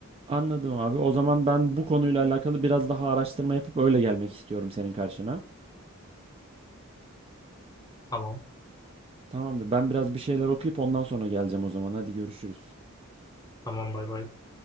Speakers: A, on the right; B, on the left.
A: Anladım abi. O zaman ben bu konuyla alakalı biraz daha araştırma yapıp öyle gelmek istiyorum senin karşına.
B: Tamam.
A: Tamamdır. Ben biraz bir şeyler okuyup ondan sonra geleceğim o zaman. Hadi görüşürüz.
B: Tamam bay bay.